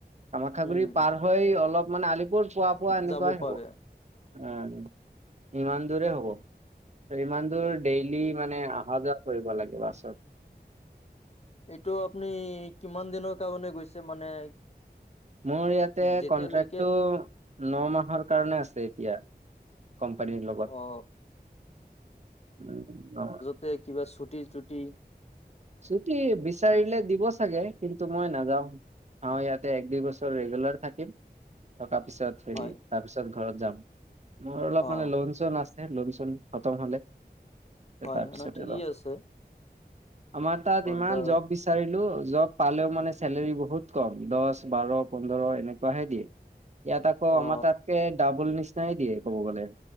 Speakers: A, on the right; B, on the left.
A: কামাখ্যা
B: উম
A: গুৰি পাৰ হৈ অলপ মানে আলি পুৰ পোৱা পোৱা এনেকুৱাই
B: যাব পাৰে
A: হ'ব। উম। ইমান দূৰে হ'ব। ইমান দূৰ ডেইলি মানে অহা যোৱা কৰিব লাগে বাছত।
B: এইটো আপুনি কিমান দিনৰ কাৰণে গৈছে মানে
A: মোৰ ইয়াতে
B: যেতিয়ালৈকে
A: কন্ট্ৰেক্টটো ন মাহৰ কাৰণে আছে এতিয়া। কোম্পানীৰ লগত
B: অ
A: <unintelligible>
B: তে' কিবা চুটি-তুটি
A: চুটি বিচাৰিলে দিব চাগে, কিন্তু মই নাযাওঁ আৰু ইয়াতে এক-দুই বছৰ ৰেগুলাৰ থাকিম। থকা পিছত সেই
B: হয়
A: তাৰপিছত ঘৰত যাম। মোৰ অলপ
B: অ
A: মানে লোন- চোন আছে লোন- চোন খতম হ'লে
B: হয়
A: তাৰপিছতে
B: এনে ঠিকেই
A: যাম।
B: আছে।
A: আমাৰ তাত
B: ক'তবা
A: ইমান জব বিছি বিচাৰিলো জব পালেও মানে চেলেৰী বহুত কম দহ, বাৰ, পোন্ধৰ এনেকুৱাহে দিয়ে। ইয়াত আকৌ
B: অ
A: আমাৰ তাতকে ডাবুল নিচিনাই দিয়ে ক'ব গ'লে।